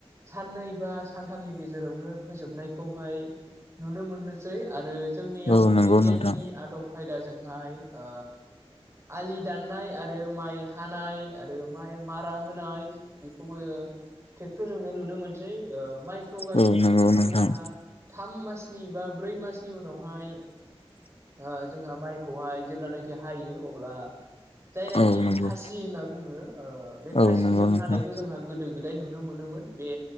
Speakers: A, on the right; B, on the left.
A: साननै बा सानथामनि गेजेरावनो फोजोबनायखौहाय नुनो मोननोसै आरो जोंनियावहाय
B: औ नंगौ
A: बिगियाननि
B: नोंथां
A: आदब खायदाजोंहाय ओ आलि दाननाय आरो माइ हानाय आरो माइ मारा होनाय बेखौबो ट्रेक्टरजोंनो नुनो मोन- ओ माइखौ गायखांनायनि
B: औ नंगौ
A: उनाव
B: नोंथां
A: जोंहा थाम मासनि बा ब्रै मासनि उनावहाय
B: <inaudible>
A: ओ जोंहा माइखौहाय जेब्लानाखि हायो अब्ला जायनाखि
B: औ नंगौ
A: खासि होनना बुङो ओ बे
B: औ
A: खासिजों
B: नंगौ नोंथां
A: हानायखौ जोंहा गोदो गोदाय नुनो मोनोमोन बे